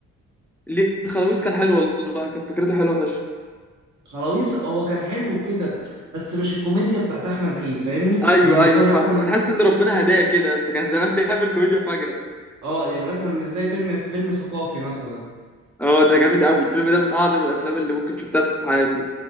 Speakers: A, in the centre; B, on the right.
A: ليه خلاويص كان حلو والله كانت فكرته حلوه فشخ
B: خلاويص هو كان حلو كده بس مش الكوميديا بتاعت احمد عيد فاهمني
A: ايوه
B: يعني مش
A: ايوه
B: زي مثلا
A: فاهمه كنت حاسس ان ربنا هداه كده يا اسطى كان زمان بيعمل كوميديا فجره
B: اه يعني مثلا مش زي فيلم فيلم ثقافي مثلا
A: اه ده جامد قوي الفيلم ده من اعظم الافلام اللي ممكن شفتها في حياتي